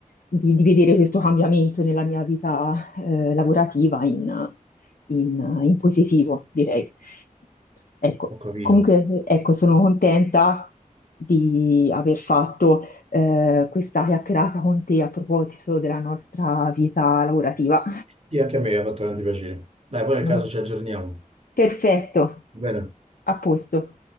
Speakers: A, on the left; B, on the right.
A: di- di vedere questo cambiamento nella mia vita eh, lavorativa in, in- in positivo, direi. Ecco,
B: Ho capito.
A: comunque, ecco, sono contenta di aver fatto eh, questa chiacchierata con te a proposito della nostra vita lavorativa.
B: Sì, anche a me ha fatto grande piacere. Dai, poi nel
A: <laughs>
B: caso ci aggiorniamo.
A: Perfetto,
B: Va bene?
A: a posto.